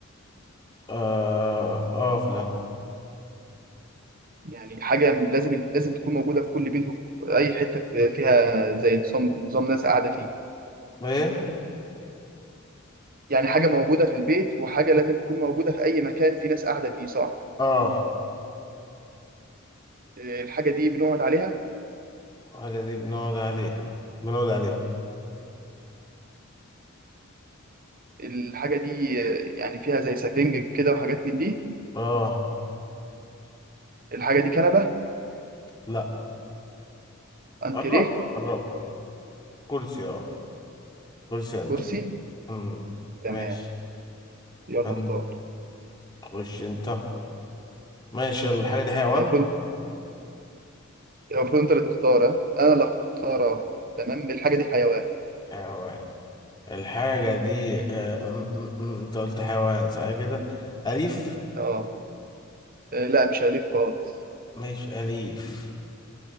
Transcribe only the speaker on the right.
يعني حاجة لازم لازم تكون موجودة في كل بيت وفي أي حتة في- فيها زي نظام نظام ناس قاعدة فيه
يعني حاجة موجودة في البيت وحاجة لازم تكون موجودة في أي مكان في ناس قاعدة فيه صح
أه الحاجة دي بنقعد عليها
الحاجة دي آه، يعني فيها زي سفنج كده وحاجات من دي
الحاجة دي كنبة
انتريه
كرسي
تمام
يلا
اختار
المفروض المفروض انت اللي تختار ها؟ انا اللي اختار اه تمام الحاجه دي حيوان
مم.
اه آه، لا مش اليف خالص